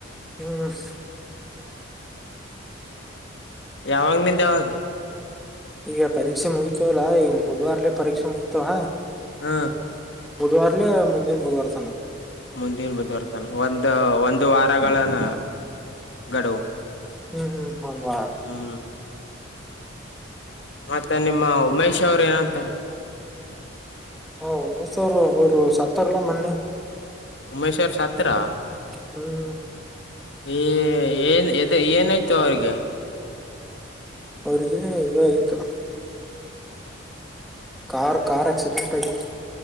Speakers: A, in the centre; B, on the left (about 60°).
A: ಹ್ಮ್
B: ಯಾವಾಗ ನಿಂದೆ ಯಾವಾಗ
A: ಈಗ ಪರೀಕ್ಷೆ ಮುಗಿತವಲ್ಲಾ ಈ ಬುಧವಾರ್ಲೆೇ ಪರೀಕ್ಷೆ ಮುಗಿತವ
B: ಹಾ
A: ಬುಧವಾರಲೆೇ ಮುಂದಿನ ಬುಧವಾರ ತನ
B: ಮುಂದಿನ ಬುದುವರ್ತಾನ ಒಂದು ಒಂದು ವಾರಗಳನ ಗಡುವು
A: <unintelligible>
B: ಹುಂ ಮತ್ತೆ ನಿಮ್ ಉಮೇಶ್ ಅವ್ರ ಏನಂತಾರ
A: ಹಾ ಉಮೇಶ್ ಸರ್ ಅವರು ಅವರು ಸತ್ತರ್ಲಾ ಮೊನ್ನೆ.
B: ಉಮೇಶ್ ಅವರು ಸತ್ರಾ
A: ಹುಂ
B: ಏ ಏನ್ ಏನಾಯ್ತು ಅವ್ರಿಗೆ
A: ಅವ್ರಿಗೆ ಇ ಆಗತ್ತು ಕಾರ್ ಕಾರ್ ಆಕ್ಸಿಡೆಂಟ್ ಆಗಿತ್ತು.